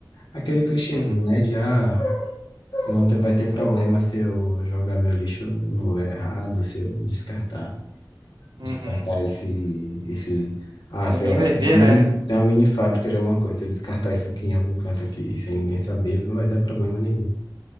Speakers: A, on the left; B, on the right.
A: aquele clichêzinho,
B: Uhum,
A: né? De ah, não te- vai ter problema se eu jogar meu lixo no lugar errado, se eu descartar.
B: uhum.
A: Descartar esse, esse, ah,
B: Ninguém
A: sei lá,
B: vai
A: tem
B: ver,
A: uma mini,
B: né?
A: tem uma mini fábrica de alguma coisa. Se eu descartar isso aqui em algum canto aqui, sem ninguém saber, não vai dar problema nenhum.